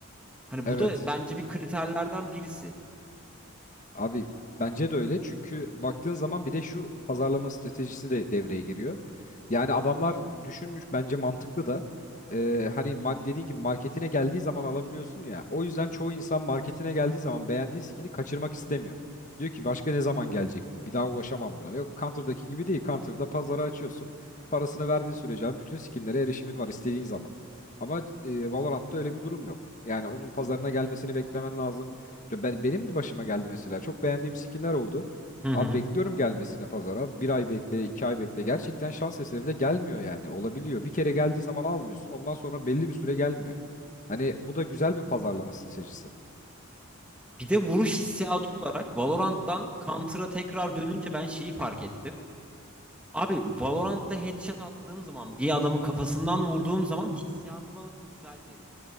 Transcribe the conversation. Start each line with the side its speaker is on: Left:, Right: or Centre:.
Centre: Hani
Left: Evet.
Centre: bu da bence bir kriterlerden birisi.
Left: Abi bence de öyle çünkü baktığın zaman bir de şu pazarlama stratejisi de devreye giriyor. Yani adamlar düşünmüş bence mantıklı da e, hani ma- dediğin gibi marketine geldiği zaman alabiliyorsun ya. O yüzden çoğu insan marketine geldiği zaman beğendiği skin'i kaçırmak istemiyor. Diyor ki başka ne zaman gelecek bu? Bir daha ulaşamam buna. Yok Counter'daki gibi değil. Counter'da pazarı açıyorsun. Parasını verdiğin sürece abi bütün skinlere erişimin var istediğin zaman. Ama e, Valorant'ta öyle bir durum yok. Yani onun pazarına gelmesini beklemen lazım. Ya ben, benim de başıma geldi mesela. Çok beğendiğim skinler oldu.
Centre: Hı hı.
Left: Abi bekliyorum gelmesini pazara. Bir ay bekle, iki ay bekle. Gerçekten şans eseri de gelmiyor yani. Olabiliyor. Bir kere geldiği zaman almıyorsun. Ondan sonra belli bir süre gelmiyor. Hani bu da güzel bir pazarlama stratejisi.
Centre: Bir de vuruş hissiyatı olarak Valorant'tan Counter'a tekrar dönünce ben şeyi fark ettim. Abi Valorant'ta headshot attığım zaman bir adamı kafasından vurduğum zaman hissiyatı bana güzel veriyor.